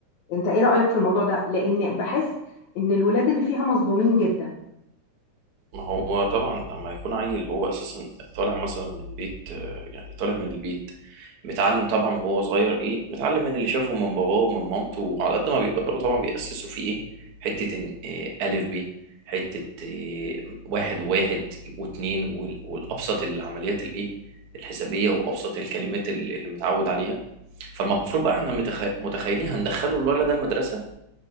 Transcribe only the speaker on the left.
أنت إيه رأيك في الموضوع ده؟ لأن بحس إن الولاد اللي فيها مظلومين جدا